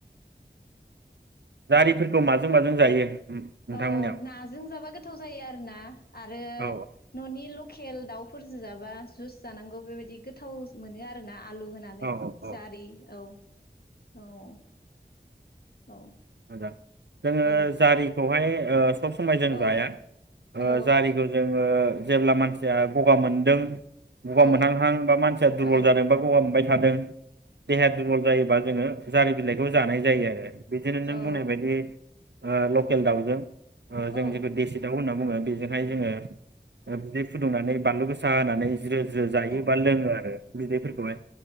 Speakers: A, on the right; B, on the left.
A: जारिफोरखौ माजों माजों जायो? नोंथांमोननियाव
B: औ नाजों जाबा गोथाव जायो आरोना आरो
A: औ
B: न'नि लक केल दाउफोरजो जाबा जुइस जानांगौ बेबायदि गोथाव मोनो आरोना। आलु होनानै
A: औ
B: जारि
A: औ
B: औ औ। औ
A: मोजां जोङो
B: औ
A: जारिखौहाय ओ सब समाय जों
B: औ
A: जाया ओ
B: औ
A: जारिखौ जोङो जेब्ला मानसि या गगा मोनदों गगा
B: औ
A: मोनहांहां बा मानसिया दुरबल
B: औ
A: जादों बा गगा मोनबाय थादों देहाया दुरबल जायोबा जोङो जारि बिलाइखौ जानाय जायो आरो बे
B: औ
A: नों
B: औ
A: बुंनाय बायदि ओ लकेल दाउजों जों
B: औ
A: जेखौ देसि दाउ होनां बुङो बेजों <unintelligible> फुदुंनानै बानलु गो गोसा होनानै ज्रो ज्रो जायो बा
B: औ
A: लोङो आरो बिदैफोरखौहाय